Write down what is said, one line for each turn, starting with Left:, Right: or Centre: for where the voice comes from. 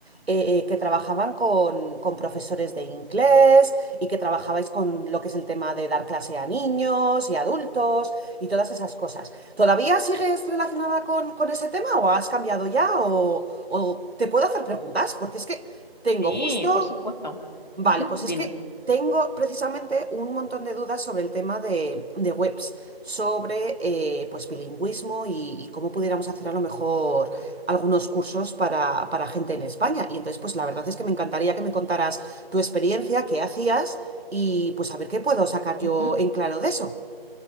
Right: eh, eh, que trabajaban con, con profesores de inglés y que trabajabais con lo que es el tema de dar clase a niños y adultos y todas esas cosas. ¿Todavía sigues relacionada con, con ese tema o has cambiado ya o, o te puedo hacer preguntas? Porque es que... Tengo
Left: sí,
Right: justo
Left: por supuesto.
Right: Vale,
Left: Ujú,
Right: pues
Left: dime.
Right: es que tengo precisamente un montón de dudas sobre el tema de, de webs, sobre eh, pues bilingüismo y, y cómo pudiéramos hacer a lo mejor algunos cursos para, para gente en España. Y entonces, pues la verdad es que me encantaría que me contaras tu experiencia, qué hacías y pues a ver qué puedo sacar yo
Left: Ujú,
Right: en claro de eso.